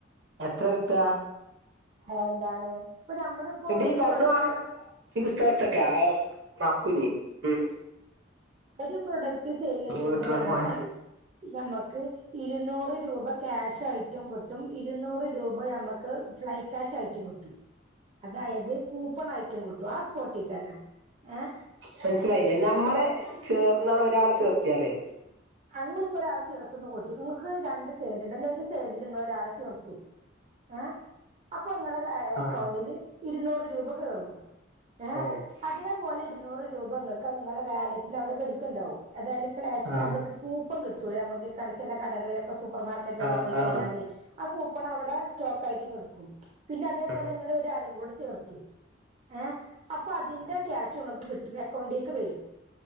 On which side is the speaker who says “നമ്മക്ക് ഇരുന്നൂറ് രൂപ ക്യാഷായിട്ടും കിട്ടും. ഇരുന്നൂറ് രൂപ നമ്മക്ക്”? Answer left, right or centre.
Right